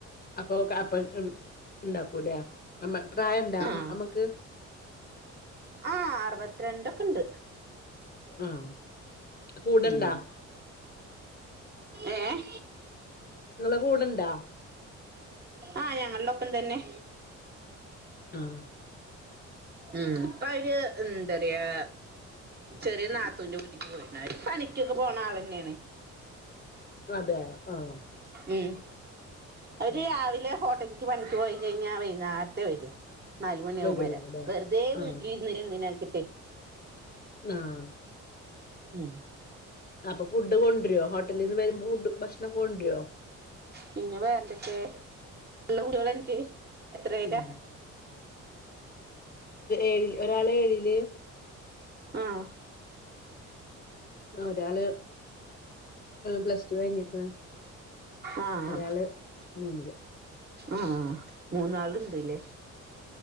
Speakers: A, on the left (about 30°); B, on the right (about 35°).
A: അപ്പൊ അപ്പഴ്ത്ത് ഇണ്ടാക്കൂലെ അമ്മ പ്രായിണ്ടാ
B: ആഹ്
A: അമ്മക്ക്
B: ആഹ് അറുവത്ത് രണ്ടൊക്കണ്ട്.
A: ആഹ് കൂടെണ്ടാ
B: ഉം ഏഹ്
A: ങ്ങളെ കൂടെണ്ടാ
B: ആഹ് ഞങ്ങൾടൊപ്പം തന്നെ
A: ആഹ്
B: ഉം ഇപ്പോ അവര് എന്താ റ്യാ ചെറിയ നാത്തൂന്റെ വീട്ടിക്ക് പോയീണ്. അവര് പണിക്കൊക്കെ പോണ ആളെന്നേണ്.
A: അതെ ആഹ്
B: ഉം അവര്
A: ഉം
B: രാവിലെ ഹോട്ടലിക്ക് പണിക്ക് പോയി കഴിഞ്ഞാ വൈന്നാര്ത്തെ വരൂ. നാലു മണിയാവും
A: വരുള്ളൂല്ലേ
B: വരാൻ. വെറ്തെ
A: ആഹ്
B: വീട്ടില് ഇരുന്ന എന്തിനാച്ചിട്ടെ
A: ആഹ്
B: ഉം
A: അപ്പൊ ഫുഡ് കൊണ്ട്രോ ഹോട്ടലിന്ന് വരുമ്പോ ഫുഡ് ഭക്ഷണൊക്കെ കൊണ്ട്രോ?
B: പിന്നെ വേറെന്തൊക്കെ ഇള്ള കുട്ട്യാളാൻക്ക് എത്രയിലാ
A: ഉം ഏഴിൽ ഒരാള് ഏഴില്
B: ആഹ്
A: ഒരാള് പ്ലസ് ടു കഴിഞ്ഞിക്ക്ണ്
B: ആഹ്
A: ഒരാള് മൂന്നില്
B: ആഹ് മൂന്നാള്ണ്ട്ലെ